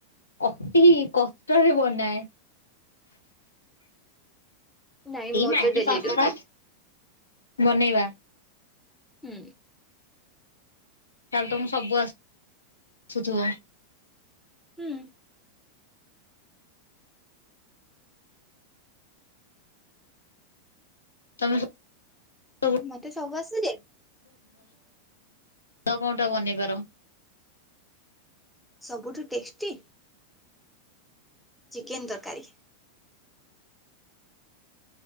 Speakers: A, on the left; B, in the centre.
A: ଅତି କଷ୍ଟ ହେବ ନାଏ।
B: ନାଇଁ
A: ଏଇ
B: ମୋର
A: ମ୍ୟାଗି
B: ତ ଡେଲି
A: ପାସ୍ତା
B: ଡ୍ୟୁଟି।
A: ବନେଇବା?
B: ହୁଁ।
A: ତାହାଲେ ତମକୁ ସବୁ ଆସୁଥିବ?
B: ହୁଁ।
A: ତମେ ସବୁଠୁ
B: ମତେ ସବୁ ଆସେ ଯେ
A: ଭଲ କୋଉଟା ବନେଇପାର?
B: ସବୁଠୁ ଟେଷ୍ଟି? ଚିକେନ୍ ତରକାରୀ।